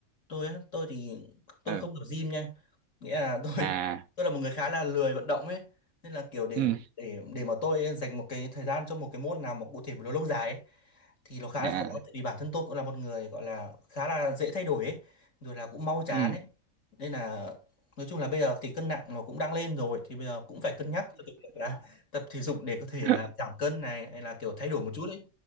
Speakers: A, on the left; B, on the right.
A: tôi á, tôi thì tôi
B: ừ
A: không tập gym nha nghĩa là <laughs> tôi
B: à
A: tôi là một người khá là lười vận động ấy nên là kiểu để
B: ừ
A: để để mà tôi dành một cái thời gian cho một cái môn nào mà cụ thể mà nó lâu dài ấy, thì nó khá
B: à
A: là khó tại vì bản thân tôi cũng là một người gọi là khá là dễ thay đổi ấy rồi là cũng mau chán
B: ừ
A: ấy nên là nói chung là bây giờ thì cân nặng nó cũng đang lên rồi thì bây giờ cũng phải cân nhắc cho cái việc là <laughs> tập thể dục để có thể
B: <laughs>
A: là giảm cân này hay là kiểu thay đổi một chút ấy